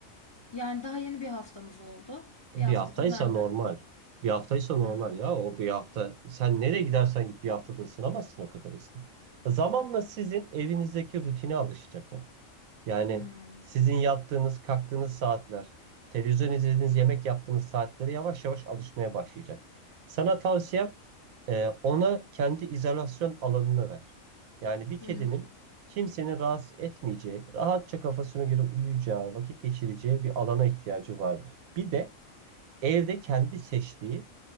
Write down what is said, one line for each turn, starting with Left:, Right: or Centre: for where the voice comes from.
Left: Yani daha yeni bir haftamız oldu. Bir
Right: Bir
Left: haftadır
Right: haftaysa
Left: bende.
Right: normal. Bir haftaysa normal
Left: Hmm.
Right: ya. O bir hafta. Sen nereye gidersen git bir haftada ısınamazsın o kadar hızlı. Zamanla sizin evinizdeki rutine alışacak o. Yani
Left: Hmm.
Right: sizin yattığınız, kalktığınız saatler, televizyon izlediğiniz, yemek yaptığınız saatleri yavaş yavaş alışmaya başlayacak. Sana tavsiyem e, ona kendi izolasyon alanını ver. Yani bir
Left: Hmm.
Right: kedinin kimsenin rahatsız etmeyeceği, rahatça kafasına göre uyuyacağı, vakit geçireceği bir alana ihtiyacı vardır. Bir de evde kendi seçtiği